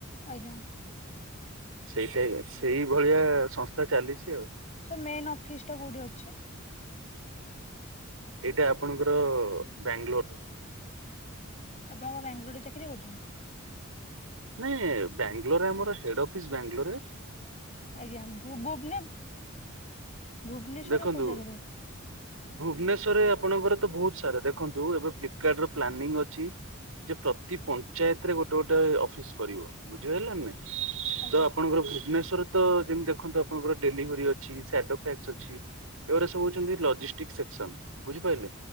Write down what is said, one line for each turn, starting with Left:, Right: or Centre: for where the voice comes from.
Left: ଆଜ୍ଞା।
Right: ସେଇ ଟାଇପର ସେଇ ଭଳିଆ ସଂସ୍ଥା ଚାଲିଚି ଆଉ।
Left: ସେ ମେନ ଅଫିସଟା କୋଉଠି ଅଛି?
Right: ଏଇଟା ଆପଣଙ୍କର ବ୍ୟାଙ୍ଗଲୋର।
Left: ଆପଣ କଣ ବ୍ୟାଙ୍ଗଲୋରେ ଚାକିରି କରୁଚନ୍ତି?
Right: ନାଇଁ ବ୍ୟାଙ୍ଗଲୋରରେ ଆମର ହେଡ ଅଫିସ୍ ବ୍ୟାଙ୍ଗଲୋରରେ।
Left: ଆଜ୍ଞା ଭୁ ଭୁବନେ ଭୁବନେଶ୍ୱରର
Right: ଦେଖନ୍ତୁ
Left: କୋଉ ଜାଗାରେ ଅଛ୍
Right: ଭୁବନେଶ୍ୱରରେ ଆପଣଙ୍କର ତ ବୋହୁତ ସାରା ଦେଖନ୍ତୁ ଏବେ ଫ୍ଲିପକାଡ଼ର ର ପ୍ଲାନିଂ ଅଛି ଯେ ପ୍ରତି ପଞ୍ଚାୟତରେ ଗୋଟେ ଗୋଟେ ଅଫ୍ ଫିସ୍ କରିବ ବୁଝିହେଲା ନାଇଁ?
Left: ଆଜ୍ଞା
Right: ତ ଆପଣଙ୍କର ଭୁବନେଶ୍ଵର ତ ଯେମତି ଦେଖନ୍ତୁ ଆପଣଙ୍କର ଡେଲିଭରି ଅଛି ସ୍ୟାଡୋ ଫ୍ୟାକ୍ସ ଅଛି ଏଗୁରା ସବୁ ହୋଉଛନ୍ତି ଲଜିଷ୍ଟିକ ସେକ୍ସନ ବୁଝିପାରିଲେ?